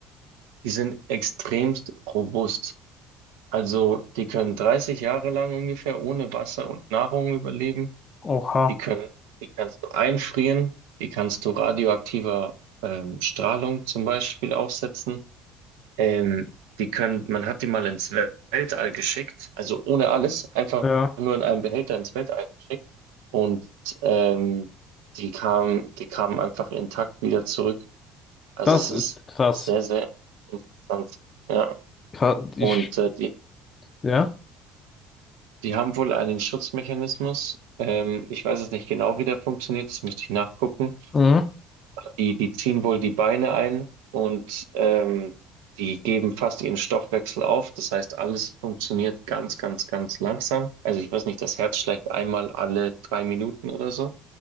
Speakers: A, on the right; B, on the left.
A: Die sind extremst robust. Also die können 30 Jahre lang ungefähr ohne Wasser und Nahrung überleben.
B: Oha.
A: Die können, die kannst du einfrieren, die kannst du radioaktiver ähm, Strahlung zum Beispiel aussetzen. Ähm, die können, man hat die mal ins Wel- Weltall geschickt, also ohne alles, einfach
B: Ja.
A: nur in einem Behälter ins Weltall geschickt. Und ähm, die kamen, die kamen einfach intakt wieder zurück. Also
B: Das
A: es
B: ist
A: ist
B: krass.
A: sehr, sehr interessant. Ja.
B: Ka- Ich.
A: Und äh, die,
B: Ja.
A: die haben wohl einen Schutzmechanismus. Ähm, ich weiß es nicht genau, wie der funktioniert, das müsste ich nachgucken.
B: Mhm.
A: Die, die ziehen wohl die Beine ein und ähm, die geben fast ihren Stoffwechsel auf. Das heißt, alles funktioniert ganz, ganz, ganz langsam. Also ich weiß nicht, das Herz schlägt einmal alle drei Minuten oder so.